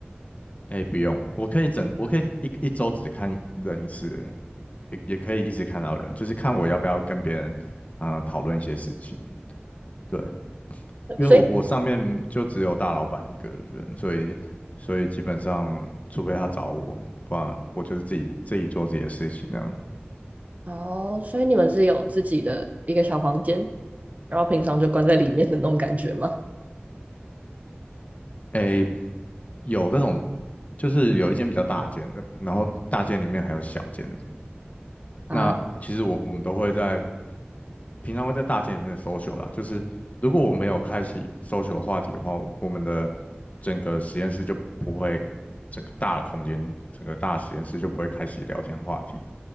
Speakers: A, on the left (about 35°); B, on the right (about 40°).
A: 哎，不用，我可以整，我可以一一周只看人一次，哎，也也可以一直看到人，就是看我要不要跟别人啊、呃讨论一些事情。对，因为我我上面就只有大老板一个人，
B: 所以
A: 所以所以基本上，除非他找我，不然我就是自己自己做自己的事情这样。
B: 哦，所以你们是有自己的一个小房间，然后平常就关在里面的那种感觉吗？
A: 诶，有那种就是有一间比较大间的，然后大间里面还有小间的。
B: 啊，
A: 那其实我我们都会在平常会在大间里面的 social 啦，就是如果我没有开启 social 的话题的话，我们的整个实验室就不会，整个大的空间，整个大实验室就不会开启聊天话题。